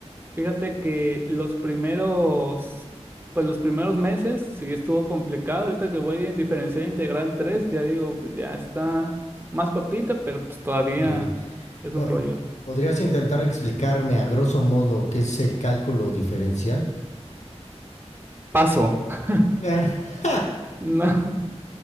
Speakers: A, on the right; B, on the left.
A: Fíjate que los primeros, pues los primeros meses sí estuvo complicado. Ahorita que voy en diferencial integral 3, ya digo, pues, ya está más papita, pero pues todavía
B: Ok.
A: es un
B: Uh,
A: rollo.
B: ¿Podrías intentar explicarme a grosso modo qué es el cálculo diferencial?
A: Paso. <laughs>
B: <laughs>
A: No,